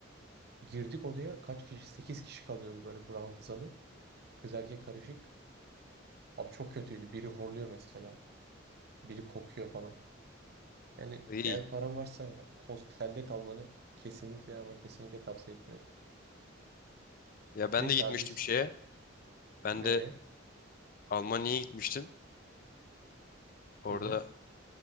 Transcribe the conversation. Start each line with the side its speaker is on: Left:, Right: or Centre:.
Right: girdik odaya kaç kişi 8 kişi kalıyordu böyle ranzalı. Kız erkek karışık. Abi çok kötüydü. Biri horluyor mesela. Biri kokuyor falan. Yani
Left: İyi.
Right: eğer paran varsa ho- hostelde kalmanı kesinlikle ama kesinlikle tavsiye etmiyorum.
Left: Ya ben
Right: Neyse
Left: de gitmiştim
Right: abi biz
Left: şeye. Ben
Right: nereye?
Left: de Almanya'ya gitmiştim. Orada
Right: Hı hı.